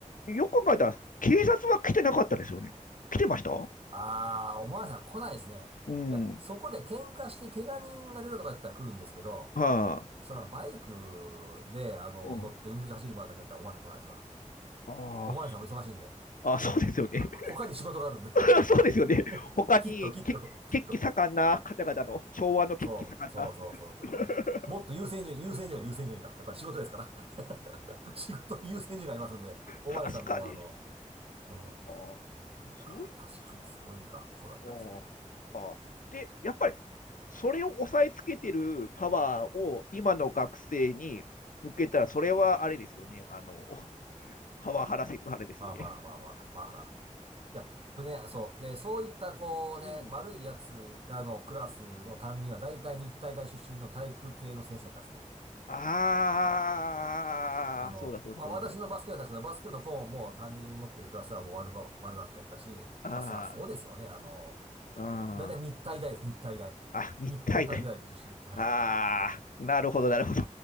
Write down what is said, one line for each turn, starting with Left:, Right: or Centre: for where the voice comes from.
Left: んよく考えたら、警察は来てなかったですよね。来てました
Right: あー、おまわりさん来ないですね。
Left: うん。
Right: いや、そこで喧嘩して怪我人が出たとかやったら来るんですけど、
Left: はあ。
Right: そのバイクで、あの、
Left: うん。
Right: 乗って運動場走る前だけやったらおまわりさん来ないですわ。
Left: あ
Right: おまわりさんも忙しいんで。
Left: あ。あ、そうですよね。
Right: <laughs> 他に仕事があるんで
Left: <laughs> そうですよね。
Right: <laughs>
Left: 他に、
Right: きっと、きっと、
Left: け、
Right: きっと。
Left: 血気盛んな方々の、昭和の血気盛んな。
Right: そう、そうそうそうそうそう。
Left: <laughs>
Right: もっと優先順位、優先順位、優先順位が。やっぱり仕事ですから。<laughs> 仕事、優先順位がありますんで、お前さんもあの、
Left: 確かに。
Right: う
Left: ああ。
Right: ん。いやー、
Left: そうい、
Right: 確かにすごい学校だったですよ。
Left: そうああ。ああ。で、やっぱり、それを抑えつけてるパワーを今の学生に向けたら、それはあれですよね。あの、パワハラセクハラですよね。
Right: バーバーバーバー、バーハラ。いや、これね、そう。で、そういった、こうね、
Left: うん。
Right: 悪いやつらのクラスの担任は、大体日体大出身の体育系の先生だったんですね。
Left: ああ、
Right: あの、
Left: そうだそうだそうだそう
Right: まあ、私のバスケ部だったんですけど、バスケ部の顧問も担任持ってるクラスはもう悪ば、悪ばっかやったし、
Left: だ。ああ、
Right: まあ、そらそうですよね。あの、
Left: うんうん
Right: だいたい日体大です、日体大。
Left: あ、日体大。
Right: 日本体育大学出身。はい
Left: ああ、なるほどなるほど。